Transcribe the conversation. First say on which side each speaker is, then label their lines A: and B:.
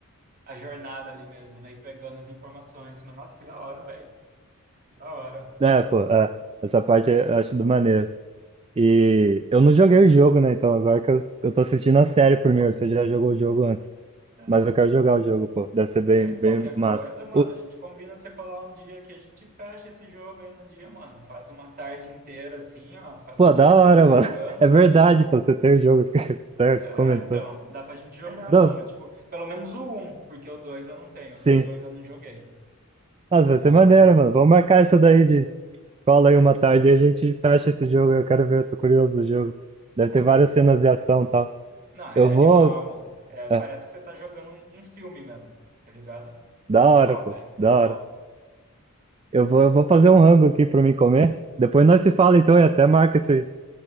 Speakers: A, on the right; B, on the right.
A: a jornada ali mesmo, né, e pegando as informações. Mas, nossa, que da hora, velho, que da hora.
B: É, pô, é. Essa parte eu acho do maneiro. E eu não joguei o jogo, né? Então agora que eu, eu tô assistindo a série primeiro, você já jogou o jogo antes.
A: É,
B: Mas eu quero jogar o jogo, pô. Deve ser bem,
A: é,
B: bem
A: qualquer
B: massa.
A: coisa, mano,
B: O-
A: a gente combina você colar um dia que a gente fecha esse jogo aí no dia, mano. Faz uma tarde inteira assim, ó, faz
B: pô,
A: o dia
B: da
A: inteiro
B: hora,
A: jogando.
B: mano. <laughs> É verdade, pô, você tem o jogo, <laughs> você até
A: É,
B: comentou.
A: então, dá pra gente jogar,
B: Não,
A: mano. Tipo, pelo menos o um, porque o dois eu não tenho,
B: sim.
A: o dois eu ainda não joguei.
B: Nossa, vai
A: Mas,
B: ser maneiro, mano. Vamos marcar isso daí de cola aí uma
A: sim,
B: tarde e a gente fecha esse jogo. Eu quero ver, tô curioso do jogo. Deve
A: pô.
B: ter várias cenas de ação e tal.
A: Não, é
B: Eu
A: animal,
B: vou.
A: mano. É,
B: é,
A: parece que você tá jogando um, um filme mesmo, tá ligado? É
B: Da
A: animal,
B: hora, pô.
A: velho. Animal.
B: Da hora. Eu vou, eu vou fazer um rango aqui pra mim comer. Depois nós se fala então e até marca esse,